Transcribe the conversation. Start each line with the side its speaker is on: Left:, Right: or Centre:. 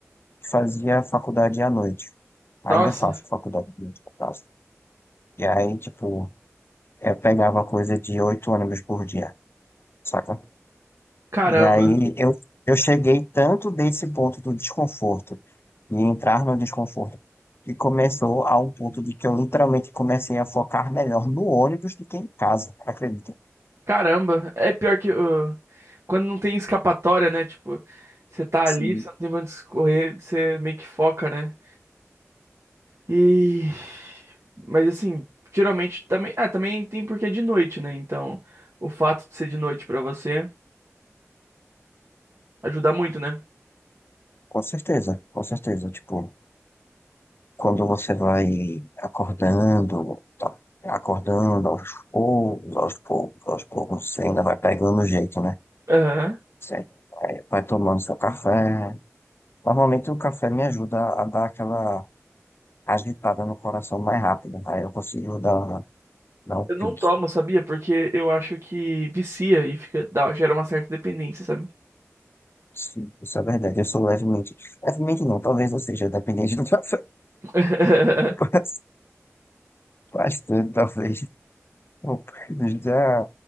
Left: e fazia faculdade à noite. Ainda
Right: Nossa,
Left: faço faculdade à noite, no caso. E aí, tipo, eu pegava coisa de oito ônibus por dia, saca?
Right: caramba.
Left: E aí eu, eu cheguei tanto desse ponto do desconforto e entrar no desconforto. E começou a um ponto de que eu literalmente comecei a focar melhor no ônibus do que em casa, acredita?
Right: Caramba, é pior que uh, quando não tem escapatória, né? Tipo, você tá
Left: Sim.
Right: ali, você não tem pra onde escorrer, você meio que foca, né? E mas assim, geralmente também, ah, também tem porque é de noite, né? Então, o fato de ser de noite pra você ajuda muito, né?
Left: Com certeza, com certeza. Tipo, quando você vai acordando, tá acordando aos poucos, aos poucos, aos poucos, você ainda vai pegando o jeito, né?
Right: Aham.
Left: Você vai, vai tomando seu café. Normalmente o café me ajuda a dar aquela agitada no coração mais rápida, aí eu consigo dar, dar um pique.
Right: Eu não tomo, sabia? Porque eu acho que vicia e fica dá- gera uma certa dependência, sabe?
Left: Sim, isso é verdade. Eu sou levemente. Levemente não, talvez eu seja, dependente <laughs> do café
Right: <laughs>
Left: que eu faço. Bastante, talvez. Bom, Já